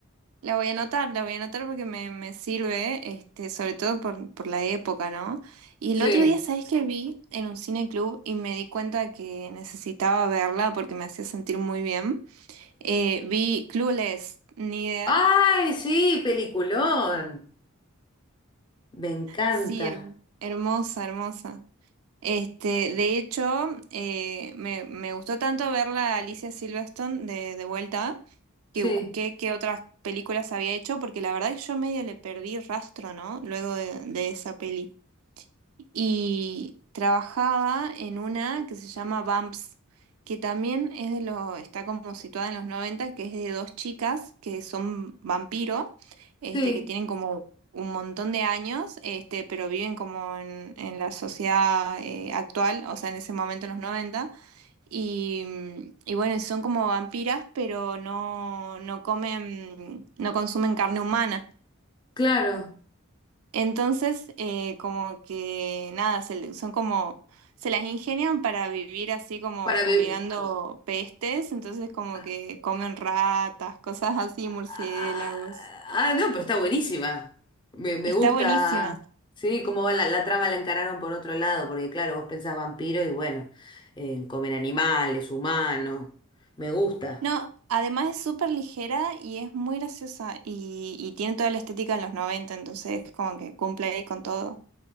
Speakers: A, on the right (about 80°); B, on the left (about 20°).
A: La voy a anotar, la voy a anotar porque me, me sirve, este, sobre todo por, por la época, ¿no? Y el
B: Sí.
A: otro día, ¿sabes qué vi en un cine club y me di cuenta que necesitaba verla porque me hacía sentir muy bien? Eh, vi Clueless, ni idea.
B: Ay, sí, peliculón. Me encanta.
A: Sí, her- hermosa, hermosa. Este, de hecho, eh, me, me gustó tanto ver la Alicia Silverstone de, de vuelta que
B: Sí,
A: busqué qué otras películas había hecho, porque la verdad es que yo medio le perdí rastro, ¿no? Luego de, de esa peli y trabajaba en una que se llama Bumps, que también es de lo, está como situada en los noventa que es de dos chicas que son vampiro, este,
B: sí,
A: que tienen como un montón de años, este, pero viven como en, en la sociedad eh, actual, o sea, en ese momento en los noventa Y, mm, y bueno, son como vampiras, pero no, no comen, no consumen carne humana.
B: claro.
A: Entonces, eh, como que nada, se le- son como, se las ingenian para vivir así como
B: Para
A: fumigando
B: be-
A: pestes, entonces como
B: Ah,
A: que comen ratas, cosas así, murciélagos.
B: ah, ah, no, pero está buenísima. Me, me
A: Está
B: gusta.
A: buenísima.
B: Sí, cómo va la, la trama la encararon por otro lado, porque claro, vos pensás vampiro y bueno, eh, comen animales, humanos. Me gusta.
A: No, además es súper ligera y es muy graciosa y, y tiene toda la estética de los 90, entonces como que cumple ahí con todo.